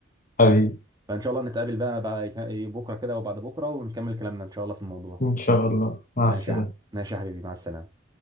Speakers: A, on the left; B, on the right.
A: حبيبي
B: فان شاء الله نتقابل بقى بعد بكره كده وبعد بكره ونكمل كلامنا ان شاء الله في الموضوع
A: ان شاء الله مع
B: ماشي
A: السلامه
B: يا ح- ماشي يا حبيبي مع السلامه